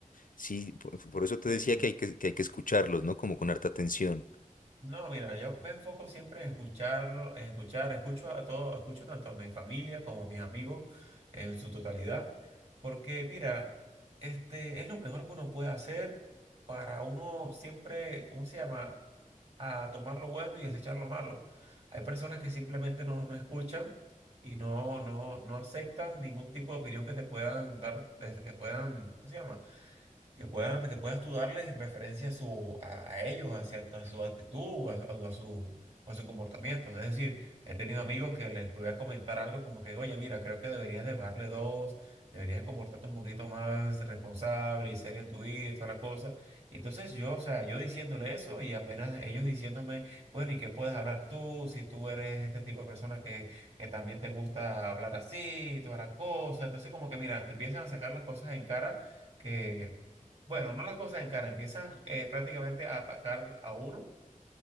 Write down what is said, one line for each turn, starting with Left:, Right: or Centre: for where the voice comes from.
Left: sí, por, por eso te
Right: Sí.
Left: decía que hay que, que hay que escucharlos, ¿no? Como con harta atención.
Right: No, mira, yo me enfoco siempre en escucharlo, en escuchar, escucho a todo, escucho tanto a mi familia como a mis amigos en su totalidad, porque mira, este es lo mejor que uno puede hacer para uno siempre, ¿cómo se llama? A tomar lo bueno y desechar lo malo. Hay personas que simplemente no, no escuchan y no, no, no aceptan ningún tipo de opinión que te puedan dar, desde que puedan, ¿cómo se llama? que puedan, que puedas tú darles en referencia a, su, a, a ellos, hacia, a su actitud, a, a- a su, a su comportamiento. Es decir, he tenido amigos que les voy a comentar algo como que, oye, mira, creo que deberías de bajarle dos, deberías comportarte un poquito más responsable y serio en tu vida y toda la cosa. Y entonces yo, o sea, yo diciéndole eso y apenas ellos diciéndome, bueno, ¿y qué puedes hablar tú si tú eres este tipo de persona que, que también te gusta hablar así y toda la cosa? Entonces como que, mira, empiezan a sacar las cosas en cara que bueno, no las cosas en cara, empiezan eh, prácticamente a atacar a uno